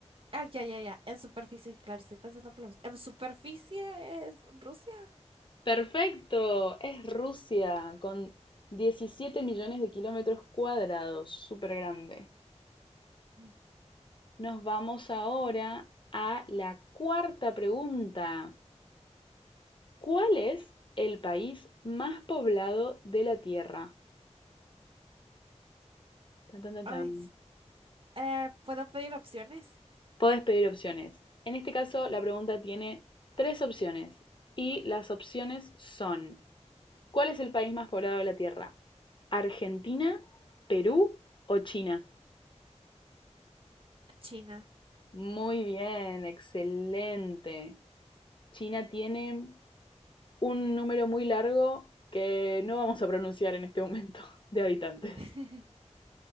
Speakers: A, on the right; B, on the left.
A: ah, ya, ya, ya. En superficie, claro, estoy pensando por los- en superficie es Rusia.
B: Perfecto, es Rusia con 17 millones de kilómetros cuadrados, súper grande.
A: Mm.
B: Nos vamos ahora a la cuarta pregunta. ¿Cuál es el país más poblado de la Tierra? Tan, tan, tan,
A: Ay,
B: tan.
A: s- eh, ¿puedo pedir opciones?
B: Podés pedir opciones. En este caso, la pregunta tiene tres opciones y las opciones son, ¿cuál es el país más poblado de la Tierra? ¿Argentina, Perú o China?
A: China.
B: Muy bien, excelente. China tiene un número muy largo que no vamos a pronunciar en este momento <laughs> de habitantes.
A: <laughs>